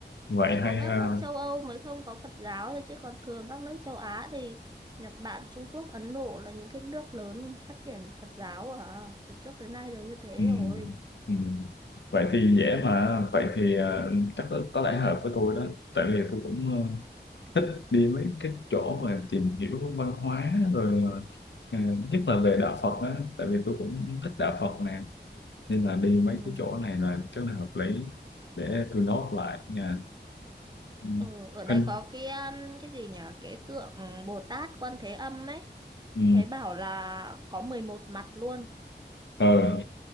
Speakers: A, on the left (about 85°); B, on the right (about 25°).
A: vậy
B: chỉ
A: hay
B: có
A: ha
B: các nước châu Âu mới không có Phật giáo thôi chứ còn thường các nước châu Á thì Nhật Bản, Trung Quốc, Ấn Độ là những cái nước lớn phát triển Phật giáo à, từ trước tới nay đều như thế
A: ừ.
B: rồi.
A: Ừ. vậy thì dễ mà vậy thì ờ, chắc có, có lẽ hợp với tôi đó tại vì tôi cũng ờ, thích đi mấy cái chỗ mà tìm hiểu văn hóa rồi ờ, nhất là về đạo Phật á tại vì tôi cũng thích đạo Phật nè nên là đi
B: Ừ.
A: mấy cái chỗ này là rất là hợp lý để tôi nốt lại nha Ừ,
B: Ừ, ở đây
A: hình
B: có cái um, cái gì nhỉ? Cái tượng Bồ Tát Quan Thế Âm ấy,
A: ừ.
B: thấy bảo là có 11 mặt luôn.
A: ờ